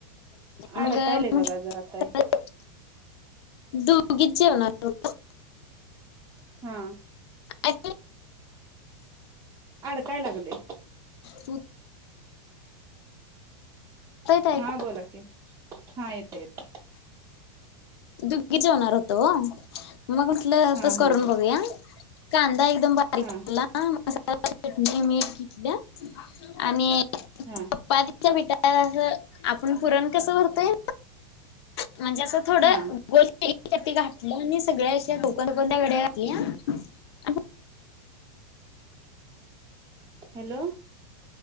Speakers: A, on the left; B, on the right.
A: मग
B: अडकायलय बघा जरा आता हे
A: <unintelligible> दुघीच जेवणार होतो.
B: हा.
A: <unintelligible> हा
B: अडकाय लागलय
A: तु आहे
B: हा बोला की, हा येतंय येतंय.
A: दुघी जेवणार होतो ओ मग म्हटलं
B: हा
A: तसं
B: हा
A: करून बघूया. कांदा एकदम बारीक
B: हा
A: चिरला मसाला, चटणी, मीठ घेतलं आणि <inaudible> <unintelligible>
B: हा
A: असं आपण पुरण कसं भरतोय म्हणजे असं थोडं
B: हा
A: गोल घातलं आणि सगळ्या अशा गोलगोल घड्या घातल्या. आणि
B: हॅलो.